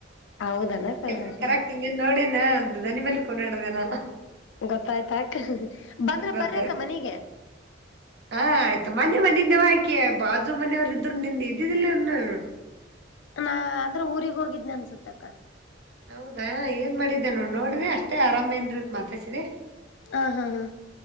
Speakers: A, on the left; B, on the right.
A: ಹೌದನಕ್ಕ
B: ಇಲ್ಲ
A: ಹ್ಮ
B: ಕರೆಕ್ಟ್ ನೀನ್ ನೋಡಿನಂದ ದನಿ ಮೇಲೆ ಕೊಂಡಾಡದೇನಾ.
A: ಗೊತ್ತಾಯ್ತ ಆಕ ಬಂದ್ರೆ
B: ಗೊತ್ತಾಯ್ತು
A: ಬರಕ್ಕ ಮನಗೆ.
B: ಹಾ ಆಯ್ತು ಮೊನ್ನೆ ಬಂದಿದ್ದೆವುಾಕಿ. ಅಕೆ ಬಾಜು ಮನೆಯವ್ರು ಇದರು ನಿಂದ ಇದ್ದಿದ್ದಿಲ್ಲನ್ನು
A: ನಾ ಅಂದ್ರೆ ಊರಿಗೆ ಹೋಗಿದ್ನ ಅನ್ಸತ್ತಕ್ಕ ನಾ.
B: ಹೌದಾ ಏನ್ ಮಾಡಿದ್ದೇ ನೋ ನೋಡ್ರಿ ಅಷ್ಟೇ ಆರಾಮೇ ನ್ರ ಮಾತಸಿದೆ.
A: ಹಾ ಹಾ ಹಾ.